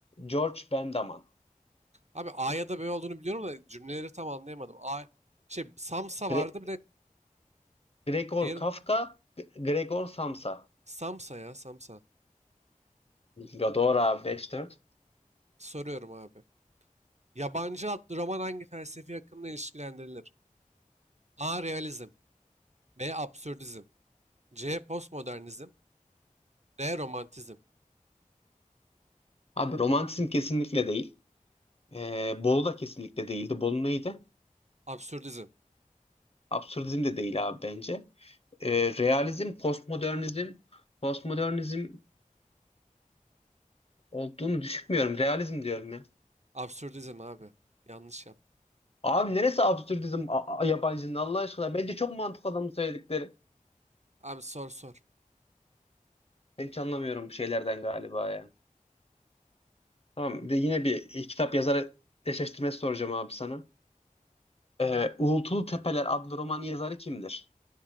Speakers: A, on the left; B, on the right.
A: George Bendaman.
B: Abi A ya da B olduğunu biliyorum da cümleleri tam anlayamadım. A şey Samsa
A: Gre-
B: vardı bir de
A: Gregor
B: diğerin
A: Kafka, G- Gregor Samsa.
B: Samsa ya Samsa.
A: Gadora beş dört
B: Soruyorum abi. Yabancı adlı roman hangi felsefi akımla ilişkilendirilir? A. Realizm. B. Absürdizm. C. Postmodernizm. D. Romantizm.
A: Abi romantizm kesinlikle değil. Ee, Bolu da kesinlikle değildi. Bolu neydi?
B: Absürdizm.
A: Absürdizm de değil abi bence. Ee, realizm, postmodernizm. Postmodernizm olduğunu düşünmüyorum. Realizm diyorum ya.
B: Absürdizm abi. Yanlış yaptım.
A: Abi neresi absürdizm a- a- yabancının Allah aşkına? Bence çok mantıklı adamın söyledikleri.
B: Abi sor sor.
A: Ben hiç anlamıyorum bu şeylerden galiba ya. Tamam bir de yine bir kitap yazarı eşleştirmesi soracağım abi sana. Ee, Uğultulu Tepeler adlı romanı yazarı kimdir?